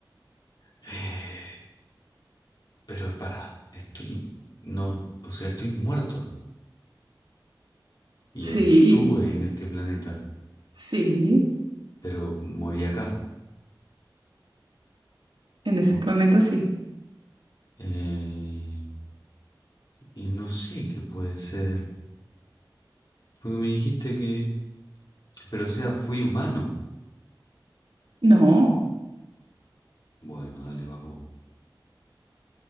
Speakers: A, on the left; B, on the right.
A: <sighs> Eh, Pero para, estoy. No, o sea, estoy muerto y
B: Sí,
A: estuve en este planeta,
B: sí,
A: pero morí acá.
B: en ese
A: Oh,
B: planeta sí.
A: eh, y no sé qué puede ser. Porque me dijiste que. Pero o sea, fui humano.
B: No,
A: Bueno, dale, vas vos.